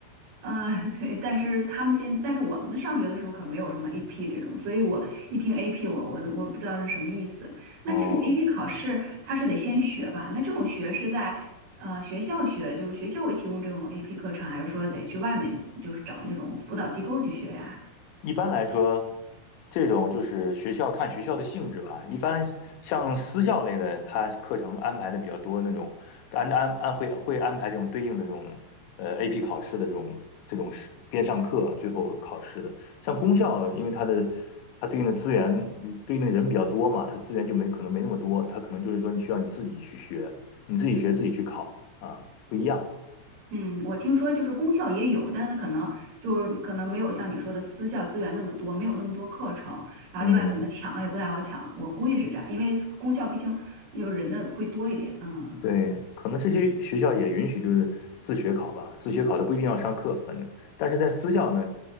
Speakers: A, on the right; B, on the left.
A: 啊，<laughs> 对，但是他们现，但是我们上学的时候可没有什么 AP 这种，所以我一听 AP，我我我不知道是什么意思。那这种
B: 哦，
A: AP 考试，它是得先学吧？那这种学是在呃学校学，就是学校会提供这种 AP 课程，还是说得去外面就是找那种辅导机构去学呀？
B: 一般来说，这种就是学校看学校的性质吧。一般像私校类的，它课程安排的比较多，那种安安安会会安排这种对应的这种呃 AP 考试的这种这种是边上课最后考试的。像公校，因为它的它对应的资源对应的人比较多嘛，它资源就没可能没那么多，它可能就是说你需要你自己去学，你自己学自己去考啊，不一样。
A: 嗯，我听说就是公校也有，但是可能就是可能没有像你说的私校资源那么多，没有那么多课程，然后另外可能抢也不太好抢，
B: 嗯，
A: 我估计是这样，因为公校毕竟有人的会多一点，嗯。
B: 对，可能这些学校也允许就是自学考吧，自学考的不一定要上课，反正，但是在私校呢，